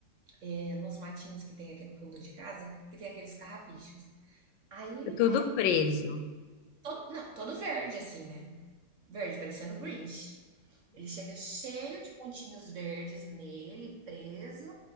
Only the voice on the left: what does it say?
É
tudo
preso.